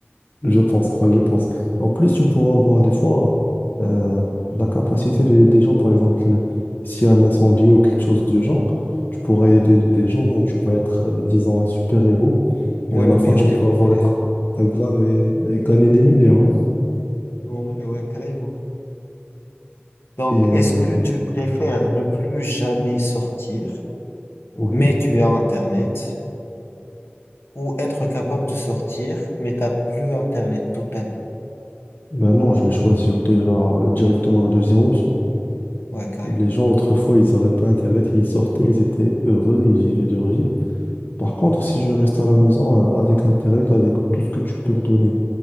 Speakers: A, on the left; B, on the left.
A: Je pense, enfin, je pense. En plus, tu pourras avoir des fois euh, la capacité des, des gens, par exemple, s'il y a un incendie ou quelque chose du genre, tu pourras aider des gens et tu vas être, euh, disons, un super-héros.
B: Ouais,
A: Et à
B: le
A: la
B: meilleur
A: fois, tu
B: des
A: peux
B: pompiers.
A: avoir un compte Instagram et, et gagner des millions. hein.
B: En vrai, ouais, carrément. Donc,
A: Et euh,
B: est-ce que tu préfères ne plus jamais sortir,
A: oui,
B: mais tu as Internet, ou être capable de sortir, mais t'as plus Internet toute ta vie?
A: ben non, je vais choisir déjà directement la deuxième option.
B: Ouais, carrément.
A: Les gens, autrefois, ils n'avaient pas Internet, ils sortaient, ils étaient heureux, ils vivaient leur vie. Par contre, si je reste à la maison euh, avec Internet, avec tout ce que tu peux me donner,